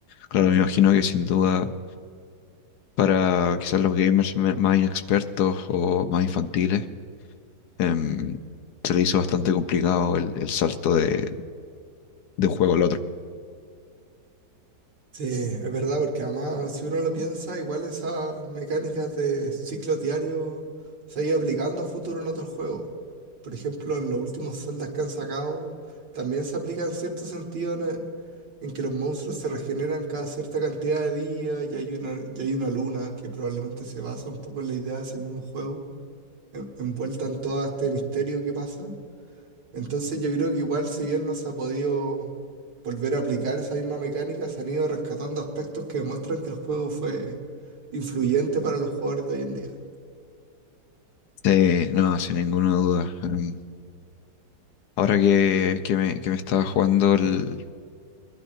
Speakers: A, on the left; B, on the right.
A: claro, me imagino que sin duda para quizás los gamers me- más inexpertos o más infantiles em, se le hizo bastante complicado el, el salto de, de un juego al otro.
B: Sí, es verdad, porque además si uno lo piensa, igual esas mecánicas de ciclos diarios se han ido aplicando a futuro en otros juegos. Por ejemplo, en los últimos Zeldas que han sacado, también se aplica en cierto sentido en, el- en que los monstruos se regeneran cada cierta cantidad de días y hay una, y hay una luna que probablemente se basa un poco en la idea de ese mismo juego, en- envuelta en todo este misterio que pasa. Entonces yo creo que igual si bien no se ha podido volver a aplicar esa misma mecánica, se han ido rescatando aspectos que demuestran que el juego fue influyente para los jugadores de hoy en día.
A: Sí, no, sin ninguna duda. Em, ahora que, que me, que me estaba jugando el,